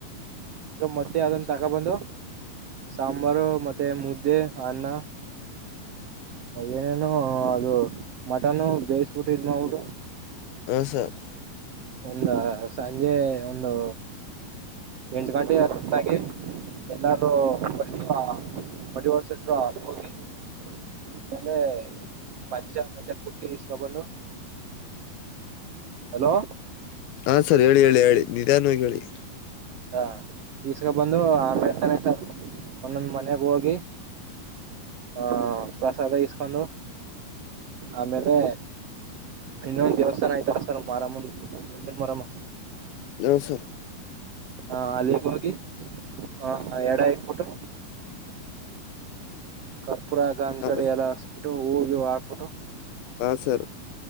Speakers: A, on the right; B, on the left.
A: ಮತ್ತೆ ಯಾವ್ದೊನ್ ತಗೋ ಬಂದು ಸಮ್ ಸಾಂಬಾರು ಮತ್ತೆ ಮುದ್ದೆ ಅನ್ನ ಏನೇನು ಅದು ಮಟನ್ನು ಬೇಯಿಸಬಿಟ್ಟಿ ಇದ್ ಮಾಡಬಿಟ್ಟು
B: ಹ್ಮ್ ಸರ್
A: ಒಂದ ಸಂಜೆ ಒಂದು. ಎಂಟ ಗಂಟೆ ಸುತ್ತಾಗಿ ಎಲ್ಲಾರೂ ಫಸ್ಟ್ <unintelligible> ಟ್ರು ಹೋಗಿ ಆಮೇಲೆ ಪಚ ಮತ್ತೆ ಪುಟ್ಟಿ ಇಸ್ಕೊಬಂದು. ಅಲೋ
B: ಹಾ ಸರ್ ಹೇಳಿ ಹೇಳಿ ಹೇಳಿ ನಿಧಾನವಾಗಿ ಹೇಳಿ.
A: ಹ ಈಸ್ಕೊಬಂದು ಆಮೇಲ್ತಾನೆ ಸರ್ ಒಂದೊಂದ್ ಮನೆಗ್ ಹೋಗಿ ಆಹ ಪ್ರಸಾದ ಹಾ ಈಸ್ಕೊಂಡು ಆಮೇಲೆ ಇನ್ನೊಂದ್ ದೇವಸ್ಥಾನ ಆಯ್ತಲ್ಲಾ ಸರ್ ಮಾರಮ್ಮದು ದಂಡಿನ ಮಾರಮ್ಮ.
B: ಹ ಸರ್
A: ಹಾ ಅಲ್ಲಿಗ ಹೋಗಿ. ವಹಾ ಎಡ ಇಕ್ಕಬಿಟ್ಟು. ಕಾ ಕರ್ಪೂರ ಗಂದ
B: ಹಾ
A: ಕಡ್ಡಿಯಲ್ಲ ಬಿಟ್ಟು ಹೂ ಗಿವ್ ಹಾಕ್ಬಿಟ್ಟು.
B: ಹಾ ಸರ್